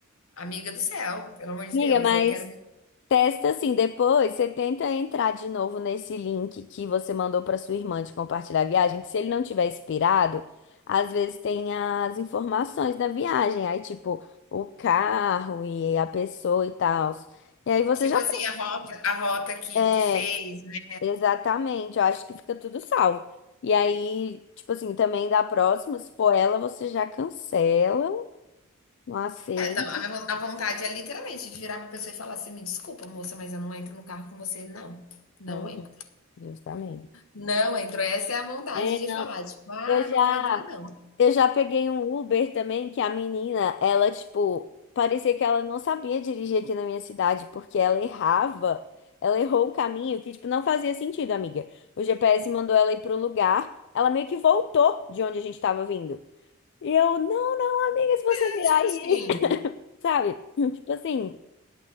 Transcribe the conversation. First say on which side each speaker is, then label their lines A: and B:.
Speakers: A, on the left; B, on the left.
A: Amiga do céu, pelo amor de
B: Amiga,
A: Deus,
B: mas
A: eu quero,
B: Testa assim, depois você tenta entrar de novo nesse link que você mandou para sua irmã de compartilhar a viagem, que se ele não tiver expirado, às vezes tem as informações da viagem, aí tipo o carro e a pessoa e tal. E aí você
A: tipo
B: já
A: assim, a rota, a rota que,
B: é,
A: que fez. né?
B: exatamente, eu acho que fica tudo salvo. E aí, tipo assim, também da próxima, se for ela, você já cancela, não aceita.
A: É, tá, a minha vo- a vontade é literalmente de virar pra pessoa e falar assim: me desculpa, moça, mas eu não entro no carro com você, não. Não
B: Uhum,
A: entro.
B: justamente.
A: Não entro. Essa é a vontade
B: É,
A: de
B: não,
A: falar, tipo, ah,
B: eu já
A: não vai dar, não.
B: Eu já peguei um Uber também, que a menina, ela, tipo, parecia que ela não sabia dirigir aqui na minha cidade, porque ela errava. Ela errou um caminho que, tipo, não fazia sentido, amiga. O GPS mandou ela ir pro lugar, ela meio que voltou de onde a gente tava vindo. E eu, não, não, amiga, se você
A: É,
B: virar
A: tipo
B: aí,
A: assim,
B: <coughs> sabe? Tipo assim.